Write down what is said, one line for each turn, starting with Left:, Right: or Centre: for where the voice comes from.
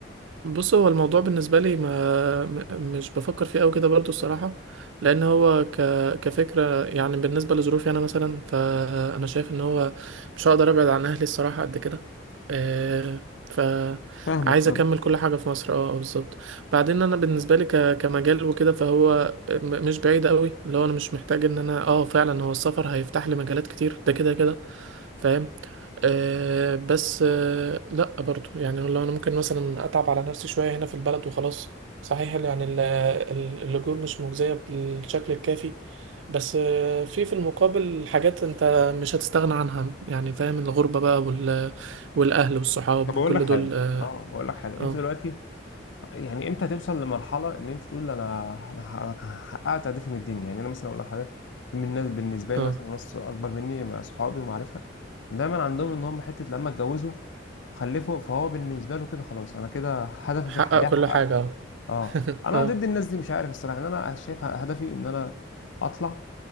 Right: بص هو الموضوع بالنسبة لي ما م- مش بفكر فيه أوي كده برضو الصراحة لأن هو ك... كفكرة يعني بالنسبة لظروفي أنا مثلا فأنا شايف إن هو مش هقدر أبعد عن أهلي الصراحة قد كده آه، فعايز
Left: فاهمك فاهم
Right: أكمل كل حاجة في مصر اه آه، بالظبط بعدين أنا بالنسبة لي ك... كمجال وكده فهو م- مش بعيد أوي اللي هو أنا مش محتاج إن أنا اه فعلا هو السفر هيفتح لي مجالات كتير ده كده كده فاهم آه بس آه لا برضو يعني لو انا ممكن مثلا اتعب على نفسي شويه هنا في البلد وخلاص صحيح يعني ال- ال- الاجور مش مجزيه بالشكل الكافي بس آه في في المقابل حاجات انت مش هتستغنى عنها يعني فاهم الغربه بقى وال والاهل والصحاب
Left: طب
Right: وكل
Left: أقول لك حاجة
Right: دول اه
Left: أه أقول لك حاجة
Right: اه
Left: أنت دلوقتي يعني امتى توصل لمرحله ان انت تقول انا انا ح- أنا حققت هدفي من الدنيا يعني انا مثلا اقول لك حاجه في من الناس بالنسبه لي
Right: آه.
Left: مثلا ناس اكبر مني مع اصحابي ومعرفه دايما عندهم ان هم حته لما اتجوزوا وخلفوا فهو بالنسبه له كده خلاص انا كده هدفي
Right: حقق
Left: في الحياه حققته
Right: كل حاجه اه
Left: اه
Right: <laughs>
Left: انا
Right: اه
Left: ضد الناس دي مش عارف الصراحه ان انا شايف هدفي ان انا اطلع